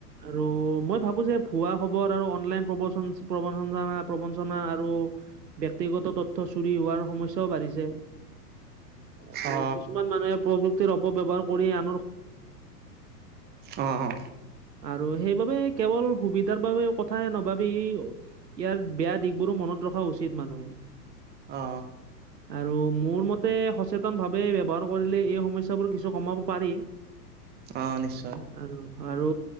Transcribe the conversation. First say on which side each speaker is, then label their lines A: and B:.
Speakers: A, on the right; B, on the right.
A: আৰু মই ভাবো যে ভুৱা খবৰ আৰু অনলাইন প্ৰ প্ৰবঞ্চনা প্ৰবঞ্চনা আৰু ব্যক্তিগত তথ্য চুৰি হোৱাৰ সমস্যাও বাঢ়িছে। আৰু
B: অ
A: কিছুমান মানুহে প্ৰযুক্তিৰ অপব্যৱহাৰ কৰি আ
B: অ অ
A: আৰু সেইবাবে কেৱল সুবিধাৰ বাবে কথাই নাভাবি। - ইয়াৰ বেয়া দিশবোৰো মনত ৰখা উচিত মানুহে।
B: অ
A: আৰু মোৰ মতে সচেতন ভাৱে ব্যৱহাৰ কৰিলে এই সমস্যাবোৰ কিছু কমাব পাৰি।
B: অঁ নিশ্চয়।
A: আৰু আৰু